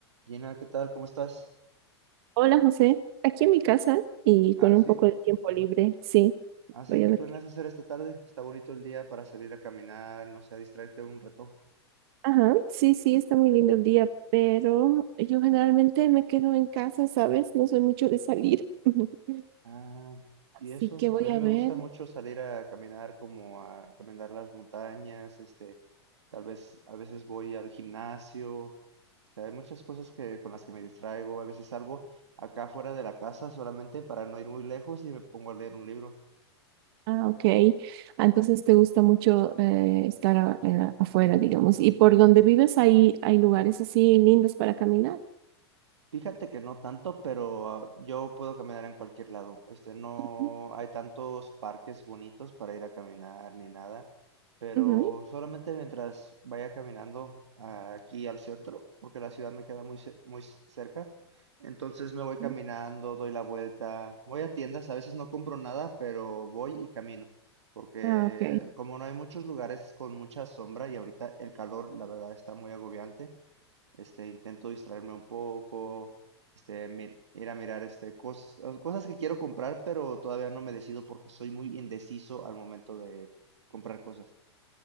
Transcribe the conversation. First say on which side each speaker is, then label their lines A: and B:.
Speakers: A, on the right; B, on the right.
A: Gina, ¿qué tal? ¿Cómo estás?
B: Hola José, aquí en mi casa y con
A: Ah,
B: un
A: sí.
B: poco de tiempo libre, sí,
A: Ah, sí,
B: voy
A: ¿qué
B: a ver
A: planeas
B: qué.
A: hacer esta tarde? Está bonito el día para salir a caminar, no sé, a distraerte un rato.
B: Ajá, sí, sí, está muy lindo el día, pero yo generalmente me quedo en casa, ¿sabes? No soy mucho de salir, <laughs>
A: Ah,
B: así
A: y eso,
B: que voy
A: a mí
B: a
A: me
B: ver.
A: gusta mucho salir a caminar, como a caminar las montañas, este, tal vez a veces voy al gimnasio, este, hay muchas cosas que con las que me distraigo, a veces salgo acá fuera de la casa solamente para no ir muy lejos y me pongo a leer un libro.
B: Ah, ok. Ah, Entonces te gusta mucho eh, estar a- en la- afuera, digamos. ¿Y por donde vives hay hay lugares así lindos para caminar?
A: Fíjate que no tanto, pero ah, yo puedo caminar en cualquier lado. Este, no
B: Ujú,
A: hay tantos parques bonitos para ir a caminar ni nada, pero
B: ujú.
A: solamente mientras vaya caminando ah, aquí al centro, porque la ciudad me queda muy, ce- muy c- cerca. Entonces me voy caminando,
B: Sí.
A: doy la vuelta, voy a tiendas, a veces no compro nada, pero voy y camino, porque
B: Ah, ok.
A: como no hay muchos lugares con mucha sombra y ahorita el calor, la verdad, está muy agobiante este, intento distraerme un poco, este, mi- ir a mirar este, cos- cosas que quiero comprar, pero todavía no me decido porque soy muy indeciso al momento de comprar cosas.